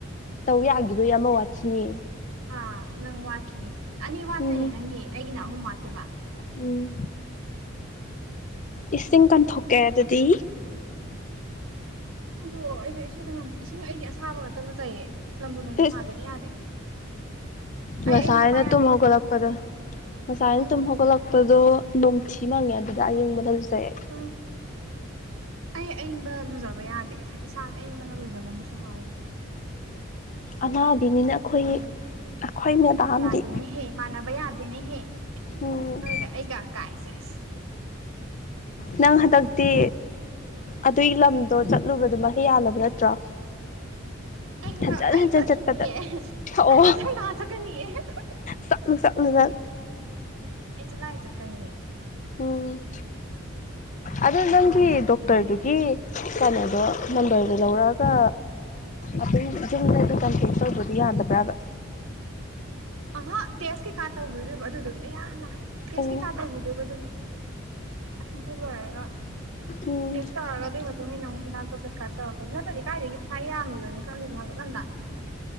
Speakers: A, on the left; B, on the right.
A: ꯇꯧ ꯌꯥꯈꯤꯔꯣꯏ ꯑꯃ ꯋꯥꯠꯈꯤꯅꯤ
B: ꯑꯥ ꯅꯪ ꯋꯥꯠꯈꯤꯅꯦ ꯑꯅꯤ ꯋꯥꯠꯇꯣꯏꯅꯦ
A: ꯎꯝ
B: ꯅꯪꯒꯤ ꯑꯩꯒꯤꯅ ꯑꯍꯨꯝ ꯋꯥꯠꯇꯣꯏꯕ
A: ꯎꯝ ꯏꯁꯤꯡ ꯀꯟꯊꯣꯛꯀꯦ ꯑꯗꯨꯗꯤ
B: ꯑꯗꯣ ꯑꯩꯁꯨ ꯏꯁꯤꯡ ꯏꯁꯤꯡ ꯑꯩꯗꯤ ꯑꯁꯥꯕ ꯈꯛꯇ ꯂꯨꯖꯩꯌꯦ ꯂꯕꯨ ꯂꯨꯝꯕꯨ
A: ꯏꯁ
B: ꯁꯥꯗ꯭ꯔꯗꯤ ꯌꯥꯗꯦ
A: ꯉꯁꯥꯏꯅ
B: ꯑꯩ ꯑꯌꯤꯡꯕ ꯄꯥ ꯌꯥꯗꯦ
A: ꯇꯨꯝ ꯍꯧꯒꯠꯂꯛꯄꯗ ꯉꯁꯥꯏꯅ
B: ꯎꯝ
A: ꯇꯨꯝ ꯍꯧꯒꯠꯂꯛꯄ ꯇꯗꯣ ꯅꯣꯡꯊꯤ ꯃꯥꯡꯉꯦ ꯑꯗꯨꯗ ꯑꯌꯤꯡꯕꯅꯥ ꯂꯨꯖꯩ ꯑꯩ
B: ꯎꯝ ꯑꯩ ꯑꯌꯤꯡꯕ ꯂꯨꯖꯕ ꯌꯥꯗꯦ ꯏꯁꯥ ꯑꯌꯤꯡꯕꯅ ꯂꯨꯖꯒꯥꯅꯣꯁꯨ ꯍꯥꯏꯌꯦ
A: ꯑꯅꯥꯕꯤꯅꯤꯅ ꯑꯩꯈꯣꯏ
B: ꯑꯗꯨꯗꯨꯒꯤꯅꯦ
A: ꯑꯩꯈꯣꯏ ꯃꯦꯗꯥꯝꯗꯤ
B: ꯌꯥꯗꯦꯅꯦꯍꯦ ꯃꯥꯟꯅꯕ ꯌꯥꯗꯦꯅꯦꯍꯌꯦ
A: ꯎꯝ
B: ꯅꯣꯏꯒ ꯑꯩꯒ ꯀꯥꯏꯁꯦ ꯑꯁ
A: ꯅꯪ ꯍꯟꯗꯛꯇꯤ ꯑꯗꯨꯢ ꯂꯝꯗꯣ ꯆꯠꯂꯨꯕꯗꯣ ꯃꯍꯩ ꯌꯥꯜꯂꯕ ꯅꯠꯇ꯭ꯔꯣ
B: ꯑꯩ ꯍꯟꯗꯛ
A: ꯍꯟꯖꯟ
B: ꯑꯩ
A: ꯍꯟꯖꯟ
B: ꯆꯠꯈꯤꯅꯤꯌꯦ
A: ꯆꯠꯄꯗ
B: ꯑꯦꯍꯦ
A: ꯊꯛꯑꯣ
B: ꯑꯩ ꯃꯊꯪ ꯊꯥ ꯆꯀꯅꯤꯌꯦ <unintelligible>
A: ꯆꯠꯂꯨ ꯆꯠꯂꯨ ꯅꯪ
B: ꯑꯩ ꯖꯨꯂꯥꯏ ꯆꯠꯀꯅꯤꯌꯦ
A: ꯎꯝ ꯑꯗꯣ ꯅꯪꯒꯤ
B: ꯖꯨꯂꯥꯏ ꯆꯠꯂꯨꯒꯤꯅꯤ
A: ꯗꯣꯛꯇꯔꯗꯨꯒꯤ ꯀꯩꯅꯣꯗꯣ ꯅꯝꯕꯔꯗꯣ ꯂꯧꯔꯛꯑꯒ ꯑꯗꯨꯝ ꯖꯤꯝꯗꯒ ꯀꯝꯄ꯭ꯂꯤꯠ ꯇꯧꯕꯗꯤ ꯌꯥꯗꯕ꯭ꯔꯥꯒ
B: ꯑꯍ ꯇꯦꯁ ꯀꯩꯀꯥ ꯇꯧꯕꯤꯗꯣꯏꯕ ꯑꯗꯨꯗꯨꯒꯤ ꯑꯌꯥ ꯅꯥꯢ ꯇꯦꯁ
A: ꯑꯣ
B: ꯀꯩꯀꯥ ꯇꯧꯕꯤꯗꯣꯏꯕ ꯑꯗꯨꯒꯤ ꯑꯗꯨ ꯂꯣꯢꯔꯒ
A: ꯎꯝ
B: ꯇꯦꯁ ꯇꯧꯔꯒ ꯑꯗꯨꯢ ꯃꯇꯨꯡ ꯇꯨꯡꯢꯟꯅ ꯃꯨꯛ ꯍꯤꯗꯥꯛꯇꯣ ꯄ꯭ꯔꯦꯀꯥꯞ ꯇꯣꯔꯛ ꯅꯠꯇꯗꯤ ꯀꯥꯏꯗꯒꯤ ꯐ ꯌꯥꯃꯤꯕꯅꯤ ꯆꯠꯂꯤꯗꯣ ꯍꯟꯒꯠ ꯍꯟꯗꯥ